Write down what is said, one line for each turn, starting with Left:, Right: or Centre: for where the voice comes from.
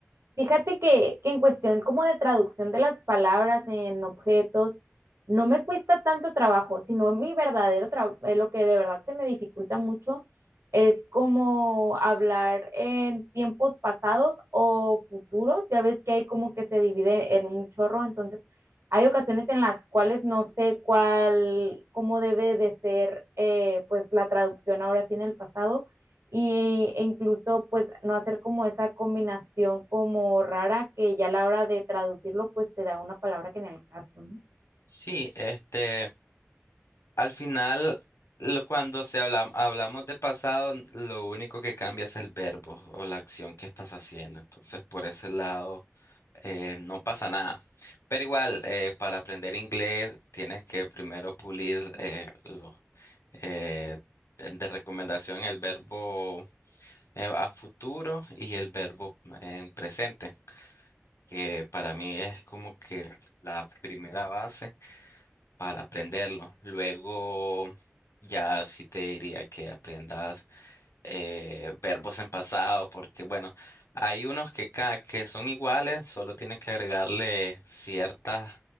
Right: Fíjate que, que en cuestión como de traducción de las palabras en objetos, no me cuesta tanto trabajo, sino mi verdadero trabajo, lo que de verdad se me dificulta mucho es como hablar en tiempos pasados o futuros. Ya ves que hay como que se divide en un chorro, entonces hay ocasiones en las cuales no sé cuál, cómo debe de ser eh, pues la traducción ahora sí en el pasado y, e incluso pues no hacer como esa combinación como rara que ya a la hora de traducirlo pues te da una palabra que ni al caso, ¿no?
Left: Sí, este Al final, lo- cuando se habla- hablamos de pasado, lo único que cambia es el verbo o la acción que estás haciendo. Entonces, por ese lado, eh, no pasa nada. Pero igual, eh, para aprender inglés, tienes que primero pulir eh, lo- eh, de recomendación el verbo eh, a futuro y el verbo eh, en presente, que para mí es como que la primera base para aprenderlo. Luego ya sí te diría que aprendas eh, verbos en pasado, porque bueno, hay unos que, ca- que son iguales, solo tienes que agregarle ciertas,